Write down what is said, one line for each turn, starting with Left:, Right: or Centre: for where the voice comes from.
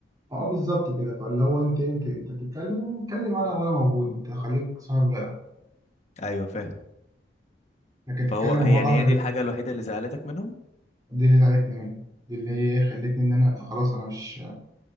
Right: اه بالظبط كده فاللي هو انت انت انت بتتكلم اتكلم انا وانا موجود انت خليك صاحب جدع
Left: ايوه فاهم
Right: لكن تتكلم
Left: فهو هي
Right: من ورا
Left: يعني
Right: ظهري
Left: هي دي الحاجة الوحيدة اللي زعلتك منهم
Right: دي اللي زعلتني مني دي اللي هي ايه خلتني ان انا خلاص انا مش